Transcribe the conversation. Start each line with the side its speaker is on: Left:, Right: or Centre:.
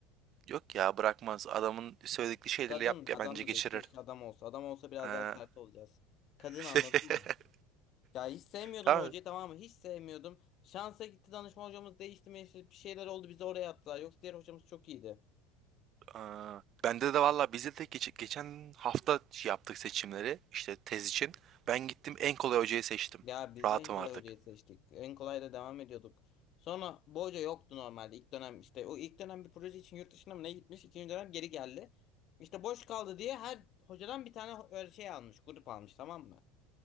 Right: Yok ya bırakmaz. Adamın söyledikleri şeyleri
Left: Kadın
Right: yap
Left: da,
Right: ya
Left: adam
Right: bence
Left: da
Right: geçirir.
Left: değil. Keşke adam olsa. Adam olsa biraz
Right: Ee,
Left: daha sert olacağız. Kadın
Right: <laughs>
Left: anladın mı? Ya hiç sevmiyordum
Right: tamam.
Left: o hocayı tamam mı? Hiç sevmiyordum. Şansa gitti danışma hocamız değişti meşhur bir şeyler oldu bizi oraya attılar. Yoksa diğer hocamız çok iyiydi.
Right: Ee, bende de valla bizde de geç- geçen hafta şey yaptık seçimleri işte tez için. Ben gittim en kolay hocayı seçtim.
Left: Ya biz
Right: Rahatım
Left: de en kolay
Right: artık.
Left: hocayı seçtik. En kolay da devam ediyorduk. Sonra bu hoca yoktu normalde ilk dönem işte. O ilk dönem bir proje için yurt dışına mı ne gitmiş? ikinci dönem geri geldi. İşte boş kaldı diye her hocadan bir tane ho- öyle şey almış. Grup almış tamam mı?